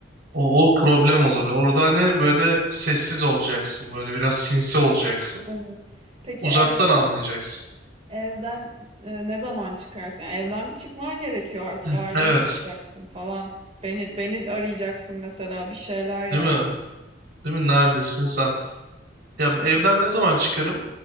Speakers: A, on the right; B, on the right.
A: O, o problem olur. Orada hani böyle sessiz olacaksın. Böyle biraz sinsi olacaksın.
B: Evet. Peki
A: Uzaktan
B: ev,
A: anlayacaksın.
B: evden e, ne zaman çıkarsın? Yani evden bir çıkman gerekiyor artık
A: <clears throat>
B: aileni
A: Evet.
B: bulacaksın falan. Beni beni arayacaksın mesela bir şeyler yani.
A: Değil mi? Değil mi? Neredesin sen? Ya
B: <laughs>
A: evden
B: Ha,
A: ne zaman çıkarım?